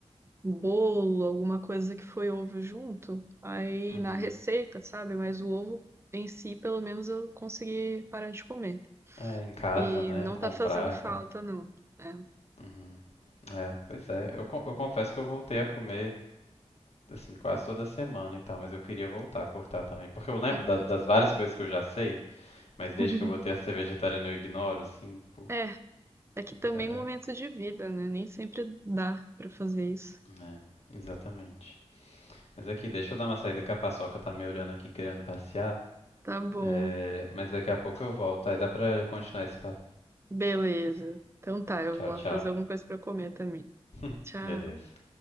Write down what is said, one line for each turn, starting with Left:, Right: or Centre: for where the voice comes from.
Right: um bolo, alguma coisa que foi ovo junto, aí
Left: uhum.
Right: na receita, sabe? Mas o ovo em si, pelo menos eu consegui parar de comer.
Left: É, em casa,
Right: E
Left: né?
Right: não
Left: Comprar
Right: tá fazendo falta,
Left: e tal.
Right: não. É.
Left: Uhum. É, pois é. Eu, con- eu confesso que eu voltei a comer, assim, quase toda semana e tal, mas eu queria voltar a cortar também. Porque eu lembro
Right: <laughs>
Left: da- das várias coisas que eu já sei, mas desde
Right: Uhum.
Left: que eu voltei a ser vegetariano eu ignoro, assim, por...
Right: É, é que também
Left: É, é,
Right: momento de vida, né? Nem sempre dá pra fazer isso.
Left: é, exatamente. Mas aqui, deixa eu dar uma saída que a paçoca tá me olhando aqui querendo passear.
Right: Tá bom,
Left: É, mas daqui a pouco eu volto, aí dá pra continuar esse papo.
Right: beleza. Então tá, eu
Left: Tchau,
Right: vou lá
Left: tchau.
Right: fazer alguma coisa pra comer também.
Left: <laughs>
Right: Tchau.
Left: Beleza.